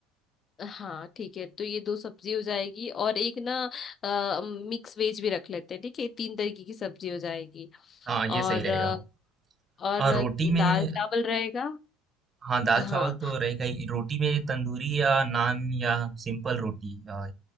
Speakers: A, on the left (about 35°); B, on the right (about 30°).
A: हाँ ठीक है तो ये दो सब्जी हो जाएगी और एक ना अ, मिक्स वेज भी रख लेते हैं ठीक है तीन तरीके की सब्जी हो जाएगी
B: हाँ ये
A: और
B: सही रहेगा
A: अ, और
B: और रोटी
A: दाल
B: में
A: चावल रहेगा
B: हाँ, दाल-चावल
A: हाँ
B: तो रहेगा ही। रोटी में तंदूरी या नान या सिंपल रोटी अ,